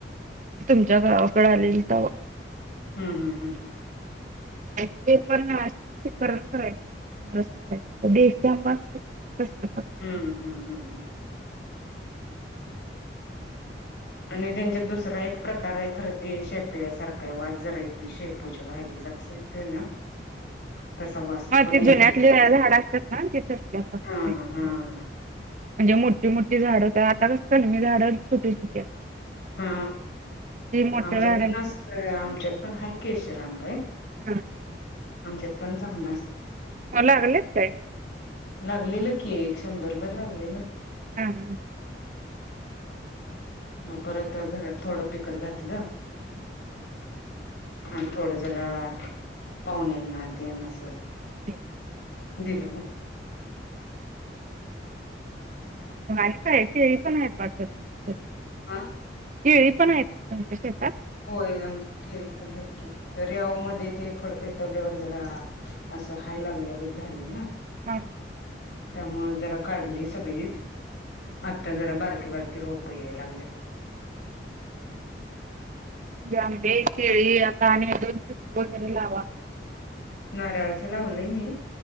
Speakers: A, on the right; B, on the left.
A: <inaudible> तुमच्या गावाकडे आलेल तवा
B: हम्म -हम्म- हम्म
A: ते पण <unintelligible> करण करायचं देशी <inaudible> आंबा प्रकारचे
B: हम्ममम हम्म- हम्म -हम्म आणि त्यांच्यात दुसरा एक प्रकार आहे खरं ते शेपू या सारखा वाज जरा येतोय शेपूच्या भाजीचा कसं तर ना तसा वास
A: ह
B: पण
A: <inaudible> ते
B: येतोय
A: जुन्यातले
B: जरा
A: झाड असतात ना तिथं सगळ्या प्रकारचे
B: हा
A: असतात
B: हा
A: म्हणजे मोठी- मोठी झाड आताच कलमी झाड छोटी- छोटी अस
B: हा
A: मोठ्या
B: आमच्यात
A: झाडांची
B: पण असताय आमच्यात पण केशरंब बाई
A: हम्म.
B: आमच्या पंचमला अस.
A: लागलेत काय
B: लागलेलं की एक शंभरभर लागलेलं.
A: हम् हम्.
B: मग परत घरात थोडं पिकत घातलं.
A: हम् <unintelligible>
B: आणि थोड जरा पाहुनना ते ना असं.
A: अ <unintelligible>
B: दिल.
A: काय खेळी पण आहेत वाटत तुमच्या.
B: आह.
A: केळी पण आहेत, ना तच्या श
B: होय आमच्यात खेळी पण आहेत की. तर आऊ मध्ये ते फडपेटवल्यावर जरा असं, हाय लागल्यागच झालं ना.
A: हम!
B: त्यामुळं जरा काढली सगळीच. आता जरा बारकी बारकी रोप याय लागल्यात.
A: <unintelligible> आंबे केळी आता आणि दोन कोणते तरी लावा.
B: नारळाचं लावलय मी,